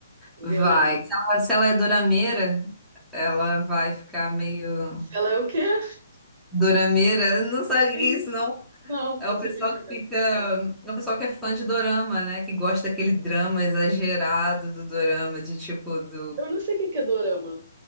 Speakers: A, on the right; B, in the centre.
A: violenta.
B: Vai. Se ela, se ela é dorameira, ela vai ficar meio.
A: Se ela é o quê? <laughs>
B: Dorameira, não sabe o
A: É
B: que
A: isso.
B: é isso, não?
A: Não, faço
B: É o pessoal
A: a mínima
B: que
A: ideia.
B: fica. É o pessoal que é fã de dorama, né? Que gosta daquele drama exagerado do dorama, de tipo do.
A: Eu não sei o que que é dorama.